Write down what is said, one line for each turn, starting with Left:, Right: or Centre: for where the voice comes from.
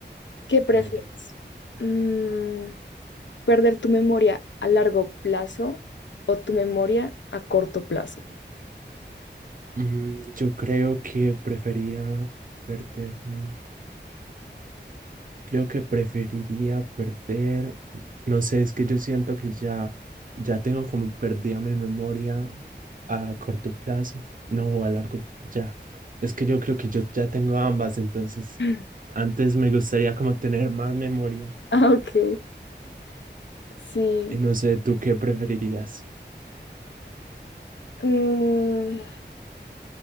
Left: ¿Qué prefieres?
Right: Hágale.
Left: Mm, ¿perder tu memoria a largo plazo o tu memoria a corto plazo?
Right: Mm, yo creo que prefería perderme. Creo que preferiría perder, no sé, es que yo siento que ya, ya tengo como perdida mi memoria a corto plazo, no, o a largo, ya. Es que yo creo que yo ya tengo ambas, entonces
Left: <laughs>
Right: antes me gustaría como tener más memoria.
Left: Ah, ok. Sí.
Right: Y no sé, ¿tú qué preferirías?
Left: Mm,